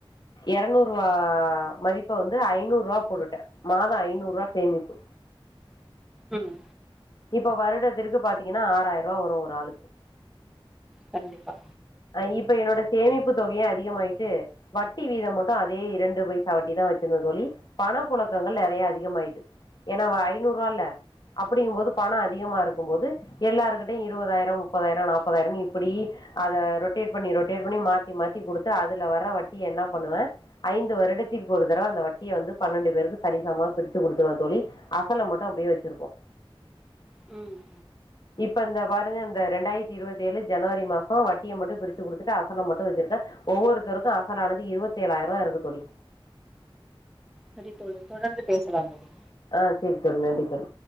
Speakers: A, on the left (about 50°); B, in the centre.
A: எரநூறுவா மதிப்ப வந்து ஐநூறுவா போட்டுட்ட மாதோ ஐநூறுவா சேமிப்பு
B: ம்
A: இப்ப வருடத்திற்கு பாத்தீங்கன்னா ஆறாயர்ருவா வரு ஒரு ஆளுக்கு
B: கண்டிப்பா
A: ஐ இப்ப என்னோட சேமிப்பு தொகையு அதிகமாயிட்டு வட்டி வீதம் மட்டும் அதே இரண்டு பைசா வட்டி தா வச்சிருந்த தோழி பண புலக் <unintelligible> நெறைய அதிகம் ஆயிட்டு ஏனா ஐநூறுவால்ல அப்புடிங்கும் போது பணம் அதிமா இருக்கும் போது எல்லாருகிட்டயு இருவதாயிரோ முப்பதாயிரோ நாப்பதாயிரன்னு இப்புடி அத ரொட்டேட் பண்ணி ரொட்டேட் பண்ணி மாத்தி மாத்தி குடுத்து அதுல வர வட்டிய என்னா பண்ணுவ ஐந்து வருடத்திற்கு ஒரு தரவ அந்த வட்டிய வந்து பண்னண்டு பேருக்கு சரிசமா பிரிச்சு குடுத்துருவ தோழி அசல மட்டு அப்டே வச்சிருப்போ
B: ம்
A: இப்ப இந்த பாருங்க இந்த ரெண்டாயித்தி இருவத்தேலு ஜனவரி மாசோ வட்டிய மட்டு பிரிச்சு குடுத்துட்டு அசல மட்டு வச்சிருக்க ஒவ்வொருத்தருக்கு அசலானது இருவத்தேலாயர்வா இருக்கு தோழி
B: சரி தோழி தொடர்ந்து பேசலா தோழி
A: அ செரி தோழி நன்றி தோழி